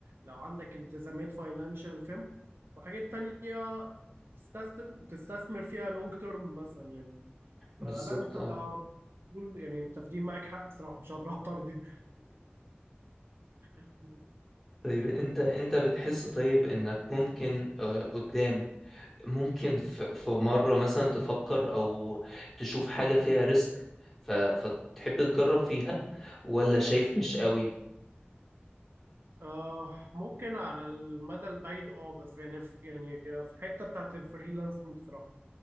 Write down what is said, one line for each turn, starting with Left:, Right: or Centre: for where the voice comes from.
Right: لو عندك التزامات فاينانشال فاهم وحاجات تانية تستثمر تستثمر فيها لونج تيرم مثلا يعني
Centre: بالظبط
Right: لا انت
Centre: اه
Right: تقول يعني انت في دي معاك حق بصراحه مش هقدر اعترض <laughs>
Centre: طيب انت انت بتحس طيب انك ممكن آه، قدام ممكن ف- في مرة مثلا تفكر أو تشوف حاجة فيها ريسك ف... فتحب تجرب فيها ولا شايف مش قوي
Right: آه ممكن على المدى البعيد اه بس يعني في يعني في حته بتاعت الفريلانسنج بصراحه